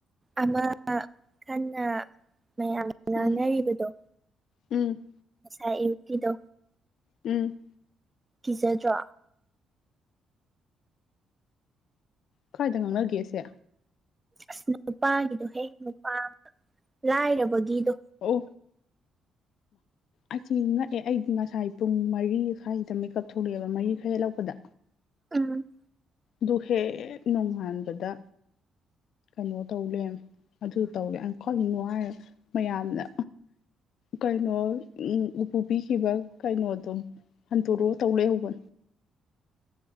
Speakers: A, on the right; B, on the left.
A: ꯑꯃ ꯀꯟꯅ ꯃꯌꯥꯝ ꯉꯥꯡꯅꯔꯤꯕꯗꯣ
B: ꯎꯝ ꯎꯝ
A: ꯁꯥꯏ ꯌꯨꯤꯗꯣ
B: ꯎꯝ
A: ꯀꯤꯖꯗ꯭ꯔꯣ
B: ꯈ꯭ꯋꯥꯏꯗ ꯉꯥꯡꯅꯒꯦꯁꯦ
A: ꯑꯁ ꯅꯨꯄꯥꯒꯤꯗꯣꯍꯦ ꯅꯨꯄꯥ ꯂꯥꯏꯔꯕꯒꯤꯗꯣ
B: ꯑꯣ ꯑꯁꯤ ꯉꯛꯑꯦ ꯑꯩꯗꯤ ꯉꯁꯥꯏ ꯄꯨꯡ ꯃꯔꯤ ꯁ꯭ꯋꯥꯗ ꯃꯦꯀꯑꯞ ꯊꯣꯛꯂꯛꯑꯦꯕ ꯃꯔꯤ ꯈꯔ ꯍꯦꯜꯂꯛꯄꯗ
A: ꯎꯝ
B: ꯗꯨꯍꯦ ꯅꯣꯡꯉꯥꯟꯕꯗ ꯩꯅꯣ ꯇꯧꯦ ꯑꯗꯨ ꯇꯧꯔꯦ ꯀꯛꯅꯣ ꯍꯥꯏ ꯃꯌꯥꯝꯅ ꯀꯩꯅꯣ ꯎ ꯎꯄꯨ ꯄꯈꯤꯕ ꯀꯩꯅꯣꯗꯣ ꯍꯟꯗꯣꯔꯛꯑꯣ ꯇꯧ ꯂꯩꯦꯍꯧꯕ